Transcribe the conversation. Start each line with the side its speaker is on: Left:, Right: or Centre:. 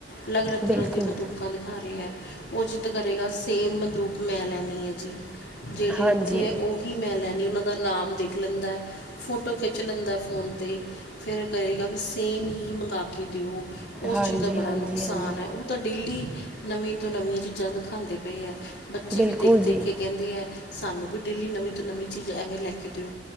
Left: ਲੱਗ-ਲੱਗ
Centre: ਬਿਲਕੁਲ
Left: ਤਰ੍ਹਾਂ ਦੀ ਬੰਦੁਕਾ ਦਿਖਾ ਰੇ ਐ ਉਹ ਜਿੱਦ ਕਰੇਗਾ ਸੇਮ ਦੁਕ ਮੈਂ ਲੈਣੀ ਐ ਜੀ ਜੇੜੀ
Centre: ਹਾਂਜੀ
Left: ਉੱਥੇ ਐ ਓਹੀ ਹੀ ਮੈਂ ਲੈਣੀ ਓਨਾਂ ਦਾ ਨਾਮ ਦੇਖ ਲੈਂਦਾ ਫੋਟੋ ਖਿੱਚ ਲੈਂਦਾ ਫੋਨ ਤੇ ਈ ਫੇਰ ਕਏਗਾ ਵੀ ਸੇਮ ਹੀ ਮੰਗਵਾ ਕੇ ਦੇਓ ਓਸ
Centre: ਹਾਂਜੀ
Left: ਚੀਜ਼ ਦਾ ਬੜਾ
Centre: ਹਾਂਜੀ
Left: ਨੁਕਸਾਨ
Centre: ਹਾਂਜੀ
Left: ਆ ਓ ਤਾਂ ਡੇਲੀ ਨਵੀਂ ਤੋਂ ਨਵੀਆਂ ਚੀਜ਼ਾਂ ਦਿਖਾਦੇ ਪਏ ਐ। ਬੱਚੇ
Centre: ਬਿਲਕੁਲ
Left: ਵੀ ਦੇਖ
Centre: ਜੀ
Left: ਦੇਖ ਕੇ ਕਹਿੰਦੇ ਐ ਸਾਨੂੰ ਵੀ ਡੇਲੀ ਨਵੀਂ ਤੋਂ ਨਵੀਂ ਚੀਜ਼ ਐਵੇਂ ਲੈ ਕੇ ਦਿਓ।